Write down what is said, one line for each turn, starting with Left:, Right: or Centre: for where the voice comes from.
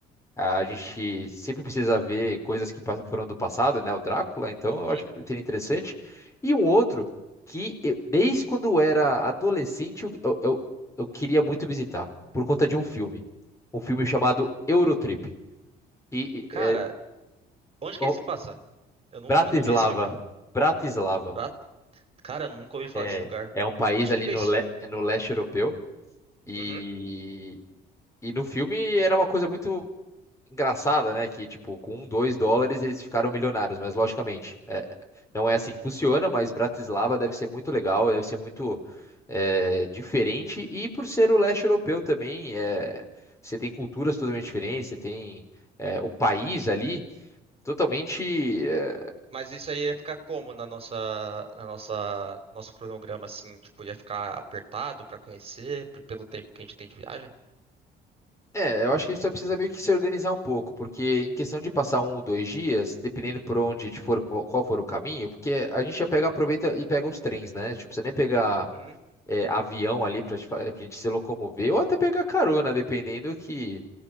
Left: A gente sempre precisa ver coisas que pas- foram do passado, né? O Drácula, então
Right: uhum.
Left: eu acho que seria interessante. E um outro que eu- desde quando eu era adolescente eu, eu, eu eu queria muito visitar, por conta de um filme. Um filme chamado Eurotrip. E
Right: Cara,
Left: é,
Right: onde
Left: bom,
Right: que ele se passa? Eu não
Left: Bratislava.
Right: vi, eu não vi esse filme.
Left: Bratislava.
Right: Ah, Cara, eu nunca ouvi falar
Left: É,
Right: desse lugar.
Left: é um país
Right: Onde
Left: ali
Right: fica
Left: no,
Right: isso?
Left: le- é no leste europeu. E,
Right: Uhum.
Left: e no filme era uma coisa muito engraçada, né? Que, tipo, com um, dois dólares eles ficaram milionários, mas logicamente, é, não é assim que funciona, mas Bratislava deve ser muito legal, deve ser muito é, diferente, e por ser o leste europeu também, é, você tem culturas totalmente diferentes, você tem é, o país ali totalmente. É,
Right: Mas isso aí ia ficar como na nossa, na nossa, nosso cronograma, assim, tipo, ia ficar apertado pra conhecer p- pelo tempo que a gente tem de viagem?
Left: é, eu acho que a gente só precisa meio que se organizar um pouco, porque em questão de passar um ou dois dias, dependendo por onde for, qual qual for o caminho, porque a gente já pega, aproveita e pega os trens, né? A gente não precisa nem pegar
Right: Uhum.
Left: é, avião ali para a gente se locomover, ou até pegar carona, dependendo que